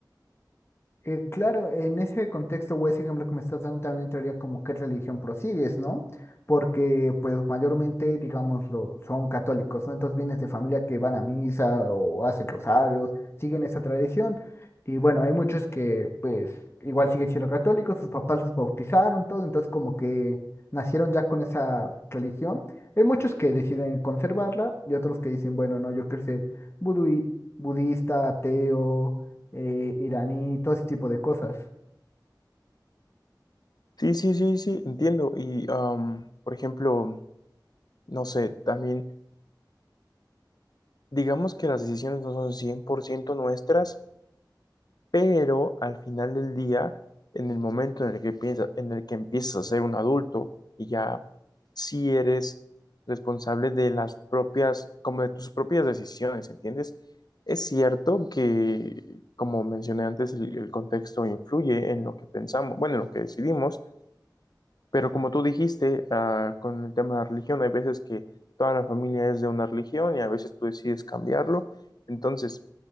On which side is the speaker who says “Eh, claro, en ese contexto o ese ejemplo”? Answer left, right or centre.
Left